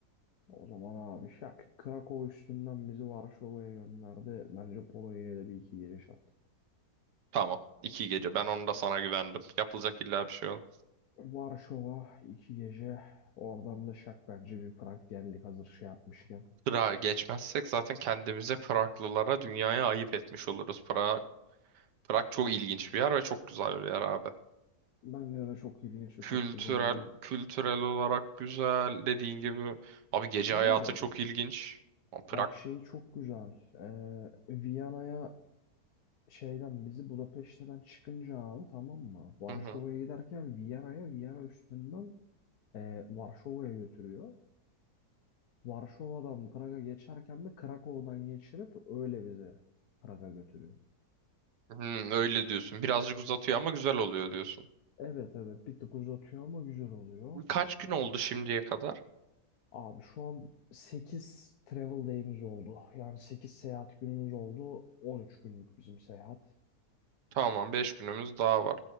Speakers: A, on the left; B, on the right.
A: O zaman abi şak. Krakow üstünden bizi Varşova'ya gönderdi. Bence Polonya'ya da bir iki gece şart.
B: Tamam, iki gece. Ben onu da sana güvendim. Yapılacak illa bir şey olur.
A: Varşova iki gece. Oradan da şak bence bir Prag geldik hazır şey yapmışken.
B: Prag'a geçmezsek zaten kendimize Praglılara dünyaya ayıp etmiş oluruz. Prag, Prag çok ilginç bir yer ve çok güzel bir yer abi.
A: Bence de çok ilginç
B: Kültürel
A: ve çok güzel bir yer.
B: kültürel olarak güzel dediğin gibi. Abi gece
A: Oo,
B: hayatı çok ilginç. Ama Prag.
A: bak şey çok güzel. Ee, Viyana'ya şeyden bizi Budapeşte'den çıkınca abi tamam mı? Varşova'ya
B: Hı hı.
A: giderken Viyana'ya Viyana üstünden e, Varşova'ya götürüyor. Varşova'dan Praga geçerken de Krakow'dan geçirip öyle bizi Praga götürüyor.
B: Hı, öyle diyorsun. Birazcık uzatıyor ama güzel oluyor diyorsun.
A: Evet evet bir tık uzatıyor ama güzel oluyor.
B: Kaç gün oldu şimdiye kadar?
A: Abi şu an 8 travel day'imiz oldu. Yani 8 seyahat günümüz oldu. 13 günlük bizim seyahat.
B: Tamam, beş günümüz daha var.